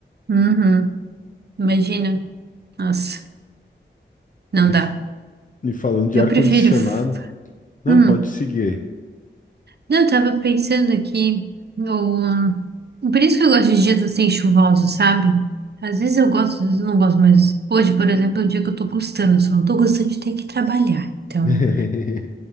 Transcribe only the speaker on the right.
Uhum. Imagina. Nossa, não
dá.
Eu
prefiro. f-
Hum.
Não, eu tava pensando aqui no. Por isso que eu gosto de dias assim chuvosos, sabe? Às vezes eu gosto, às vezes eu não gosto, mas hoje, por exemplo, é um dia que eu tô gostando, só não tô gostando de ter que trabalhar. Então,